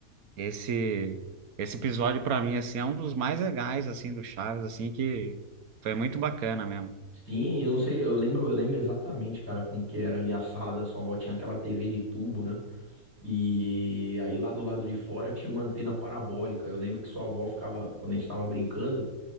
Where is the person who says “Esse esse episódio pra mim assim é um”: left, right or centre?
Right